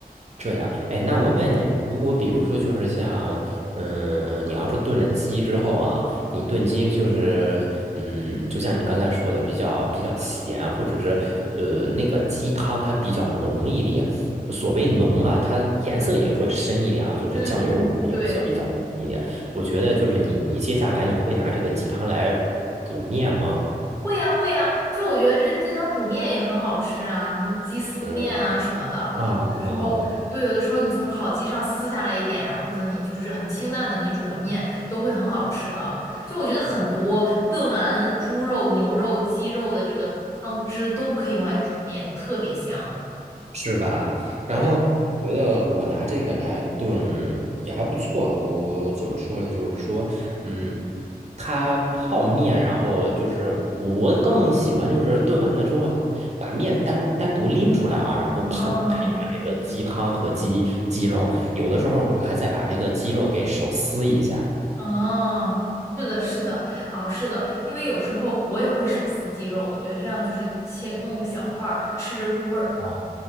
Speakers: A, on the right (about 45°); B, on the left (about 20°).
A: 这样，哎，那我问你，
B: 对，
A: 如果比如说就是像，嗯，你要是炖了鸡之后啊，你炖鸡就是，嗯，就像你刚才说的，比较比较咸，或者是呃那个鸡汤它比较浓一点。所谓浓啊，它颜色也会深一点啊，就是酱油酱油色比较深一点。
B: 嗯嗯，对，
A: 我觉得就是你你接下来你会拿这个鸡汤来煮面吗？
B: 会呀、会呀、就我觉得这鸡汤煮面也很好吃啊，什么鸡丝面啊什么的，
A: 嗯啊啊
B: 有的时候，对，有的时候你从烤鸡上撕下来一点，然后呢，你就是很清淡的，你煮个面都会很好吃的。就我觉得很多炖完猪肉、牛肉、鸡肉的这个汤汁都可以用来煮面，就特别香。
A: 是吧？然后嗯我觉得我拿这个来炖也还不错。
B: 对，
A: 我我怎么说呢？就是说，嗯，它泡面，然后就是我更喜欢就是炖完了之后把面单单独拎出来啊，然后配配着这个鸡汤和鸡鸡肉，
B: 嗯，
A: 有的时候还再把这个鸡肉给手撕一下。
B: 哦，是的，是的，哦，是的，因为有时候我也会手撕鸡肉，我觉得这样就是切弄个小块儿，吃着入味儿。
A: 哦，